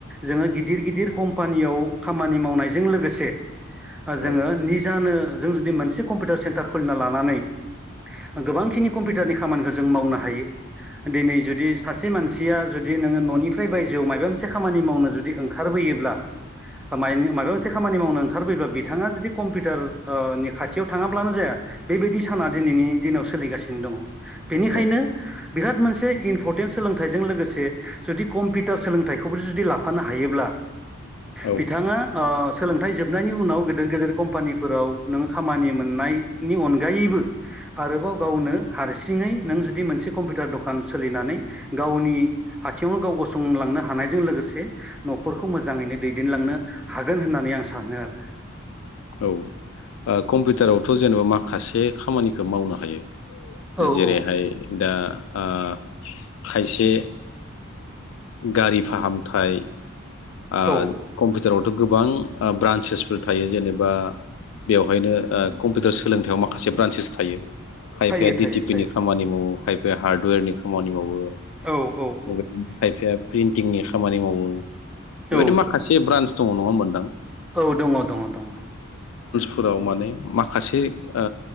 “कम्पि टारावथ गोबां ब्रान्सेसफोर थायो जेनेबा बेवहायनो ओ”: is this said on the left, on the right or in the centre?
Left